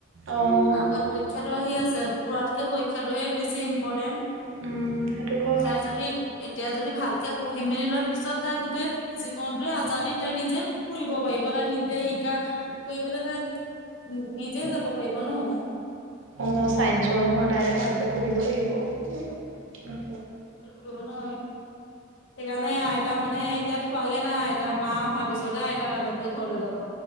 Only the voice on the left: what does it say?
আগত পৰীক্ষাটো আহি আছে ফুৰাতকে পৰীক্ষাটোহে বেছি ইম্পৰ্টেণ্ট।
তাৰ যদি এতিয়া যদি ভালকে পঢ়ি মেলি লয় পিছত তাই গোটেই জীৱনটোৱে আজাদিত তাই নিজে ফুৰিব পাৰিব তাই নিজেই শিকা ফুৰিবলে তাই নিজে যাব পাৰিব ন।
তোৰো নাই। সেইকাৰণে আইতা মানে এতিয়া থোৱাগে নাই আইতা মা অহা পিছতে আইতা তালে তো ঘৰলে যাব।